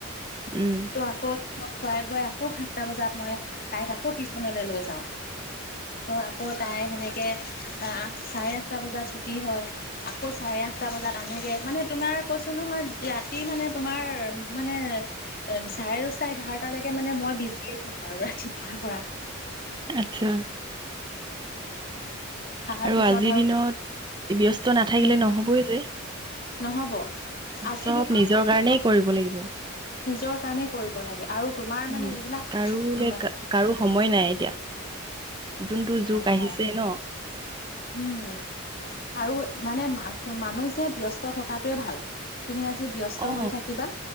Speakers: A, on the right; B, on the left.
A: উম
B: ত' আকৌ স খুৱাই বোৱাই আকৌ সাতটা বজাত মই তাইক আকৌ টিউশচনলৈ লৈ যাও। ত আকৌ তাই সেনেকে আহ আ চাৰে আঠটা বজাত ছুটি হয়। আকৌ চাৰে আঠটা বজাত আনোগে মানে তোমাৰ কৈছো নহয় ৰাতি মানে তোমাৰ মানে অম চাৰে <unintelligible> এঘাৰট লৈকে মানে মই বিজিয়ে থাকো আৰু ৰাতিপুৱাৰ পৰা <inaudible> <inaudible>
A: আচ্ছা
B: তাৰ
A: আৰু
B: পিছত
A: আজিৰ দিনত ব্যস্ত নাথাকিলে
B: উম
A: নহবই যে
B: নহব আজিৰ
A: চব
B: দিনত
A: নিজৰ
B: মানে
A: কাৰণেই
B: মই
A: কৰিব লাগিব।
B: নিজৰ কাৰণে কৰিব লাগে আৰু তোমাৰ
A: উম
B: মানে এইবিলাক
A: কাৰোলে
B: উ
A: কাৰো সময় নাই এতিয়া যোনটো যোগ আহিছে
B: অ
A: ন।
B: উম আৰু মানে মানুহ যে ব্যস্ত থকাটোৱে ভাল। তুমি আজি ব্যস্ত
A: অ
B: হৈ থাকিবা